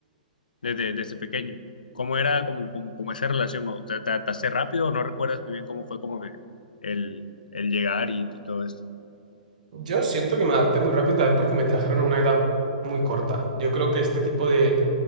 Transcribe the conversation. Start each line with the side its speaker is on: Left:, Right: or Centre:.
Left: desde, desde pequeño. ¿Cómo era como, como, como esa relación? ¿O ¿Te te adaptaste rápido o no recuerdas muy bien cómo fue como que el, el llegar y, y todo esto?
Right: Yo siento que me adapté muy rápido también porque me trajeron a una edad muy corta. Yo creo que este tipo de,